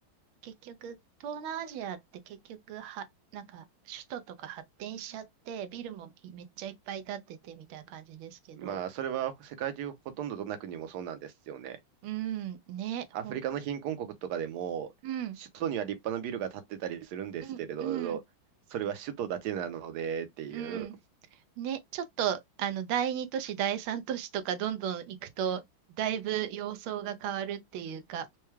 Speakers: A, on the right; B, on the right.
A: 結局、東南アジアって結局は、なんか、首都とか発展しちゃって、ビルもめっちゃいっぱい建っててみたいな感じですけど、
B: まあ、それは世界中ほとんどどんな国もそうなんですよね。
A: うん、ね、ほん、
B: アフリカの貧困国とかでも、
A: うん、
B: 首都には立派なビルが建ってたりするんですけれど、
A: うん、うん、
B: それは首都だけなのでっていう。
A: うん。ね、ちょっと、あの、第二都市、第三都市とかどんどん行くと、だいぶ様相が変わるっていうか、